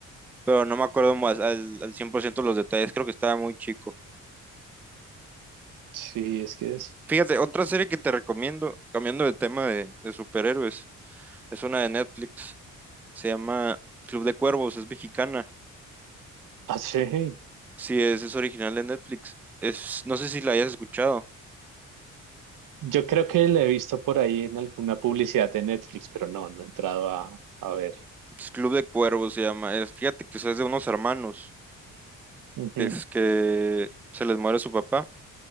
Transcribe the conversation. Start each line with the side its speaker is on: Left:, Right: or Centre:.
Centre: pero no me acuerdo más al, al 100% los detalles. Creo que estaba muy chico.
Right: Sí, es que es...
Centre: Fíjate, otra serie que te recomiendo, cambiando de tema de, de superhéroes, es una de Netflix. Se llama Club de Cuervos, es mexicana.
Right: Ah, sí.
Centre: Sí, es, es original de Netflix. Es, no sé si la hayas escuchado.
Right: Yo creo que la he visto por ahí en alguna publicidad de Netflix, pero no, no he entrado a, a ver.
Centre: es Club de Cuervos se llama. Es, fíjate que eso es de unos hermanos,
Right: Ujú.
Centre: que es que se les muere su papá.